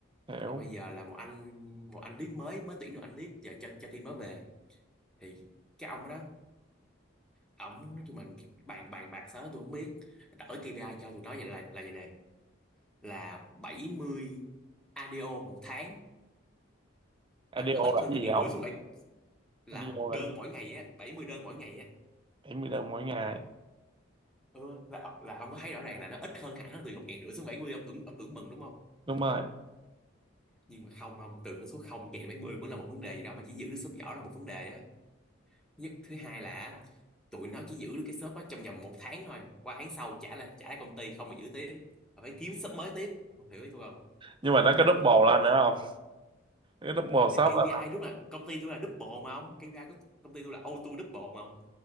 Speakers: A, on the right; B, in the centre.
A: Hiểu.
B: còn bây giờ là một anh một anh lead mới mới tuyển được anh lead giờ cho cho team đó về thì cái ông đó ổng tụi mình bàn bàn bạc sao đó tôi không biết đổi KPI cho tụi nó vậy là là vậy nè là 70 ADO một tháng là
A: IDO
B: nó ít
A: là
B: hơn
A: cái
B: từ
A: gì
B: ngàn
A: không?
B: rưỡi xuống bảy là
A: IDO là
B: đơn
A: cái gì?
B: mỗi ngày á 70 đơn mỗi ngày á
A: bảy mươi đồng mỗi ngày.
B: ừ, là là ông có thấy rõ ràng là nó ít hơn hẳn là từ một ngàn rưỡi xuống bảy mươi ông tưởng ông tưởng mừng đúng không
A: Đúng rồi.
B: nhưng mà không ông từ con số không chạy đến bảy mươi cũng là một vấn đề gì đó mà chỉ giữ được shop nhỏ là một vấn đề á nhất thứ hai là tụi nó chỉ giữ được cái shop đó trong vòng một tháng thôi qua tháng sau trả lại trả lại công ty không mà giữ tiếp Mà phải kiếm shop mới tiếp không hiểu ý tôi không
A: Nhưng mà nó có double lên nữa không? cái top 1 shop
B: thì KPI
A: là-
B: đúng là công ty tôi là double mà ông KPI của công ty tôi là auto double mà ông